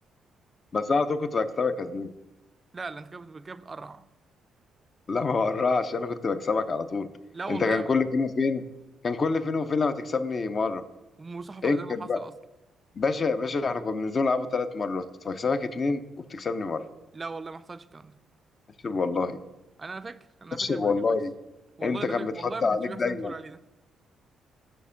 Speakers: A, on the left (about 45°); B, on the right (about 25°).
A: بس انا على طول كنت بكسبك يا زميلي
B: لا لا انت كده بت- كده بتقرع
A: لا ما ورعش انا كنت بكسبك على طول
B: لا والله
A: انت كان
B: ابدا
A: كل فين وفين كان كل فين وفين لما تكسبني مره
B: ومصاحبة
A: انكر
B: ابدا ما حصل
A: بقى
B: اصلا
A: باشا يا باشا احنا كنا بننزل نلعبه ثلاث مرات كنت بكسبك اتنين وبتكسبني مرة
B: لا والله ما حصلش الكلام ده
A: اكسب والله
B: انا فاكر انا
A: اكسب
B: فاكر انا بقول
A: والله
B: لك إيه كويس والله
A: انت
B: ده
A: كان
B: اللي-
A: بيتحط
B: والله ما
A: عليك
B: كانش بيحصل
A: دايما
B: اللي انت بتقول عليه ده